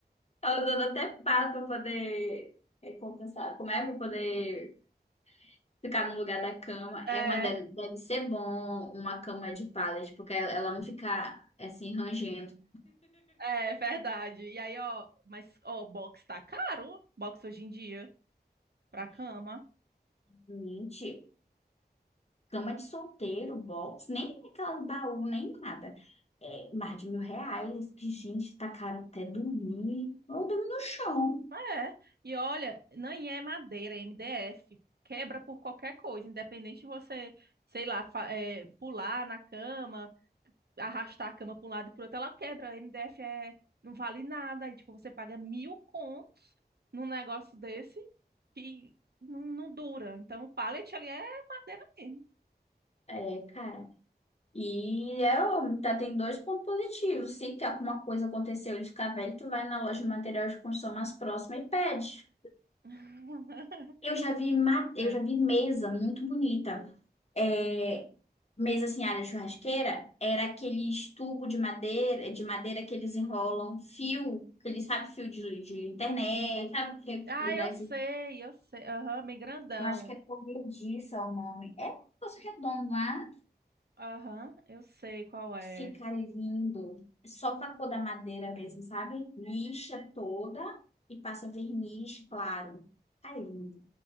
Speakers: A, on the left; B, on the right.
A: Ela usando até pá pra poder é, compensar. Como é pra poder ficar no lugar da cama?
B: É.
A: É, mas deve, deve ser bom uma cama de pallet, porque ela ela não fica assim rangendo.
B: É verdade. E aí, ó, mas, ó, box tá caro, box hoje em dia, pra cama.
A: Gente, cama de solteiro, box, nem aquela baú, nem nada. É, mais de mil reais, que gente, tá caro até dormir. Ou dormir no chão.
B: É. E olha, nem é madeira, é MDF. Quebra por qualquer coisa, independente de você, sei lá, fa- é, pular na cama, arrastar a cama pra um lado e pro outro, ela quebra. MDF é, não vale nada. E, tipo, você paga mil contos num negócio desse que não, não dura. Então, o pallet ali é madeira mesmo.
A: É, cara. E é óbvio, tá? Tem dois pontos positivos. Se que alguma coisa aconteceu, ele ficar velho, tu vai na loja de material de construção mais próxima e pede.
B: <laughs>
A: Eu já vi, ma-
B: É.
A: eu já vi mesa muito bonita. É, mesa assim, área de churrasqueira, era aqueles tubo de madeira, de madeira que eles enrolam, fio, que eles sabem fio de, de internet, sabe? Que,
B: Ah,
A: que dá
B: eu
A: esse-
B: sei, eu sei. Aham, bem grandão.
A: eu acho que é corrediça o nome. É um negócio redondo lá.
B: Aham, eu sei qual é.
A: Fica lindo. Só com a cor da madeira mesmo, sabe? Lixa toda e passa verniz claro. Tá lindo.